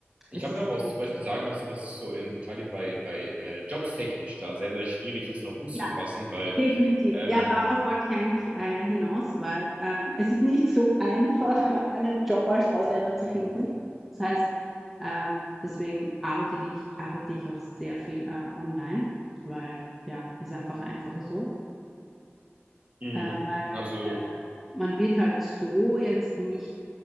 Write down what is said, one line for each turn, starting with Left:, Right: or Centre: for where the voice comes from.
Centre: es
Right: Ich habe
Centre: ist
Right: mir aber
Centre: wirklich,
Right: auch zum Beispiel sagen lassen, dass es so in Italien bei, bei äh, Jobs technisch da sehr, sehr schwierig ist, noch Fuß
Centre: ja,
Right: zu fassen, weil,
Centre: Definitiv.
Right: ähm,
Centre: Ja, darauf wollte ich eigentlich äh, hinaus, weil ähm, es ist nicht so einfach, <laughs> einen Job als Ausländer zu finden. Das heißt, ähm, deswegen arbeite ich, arbeite ich auch sehr viel äh, online, weil ja, ist einfach einfacher so,
Right: Mhm.
Centre: äh, weil
Right: also,
Centre: äh, man wird halt so jetzt nicht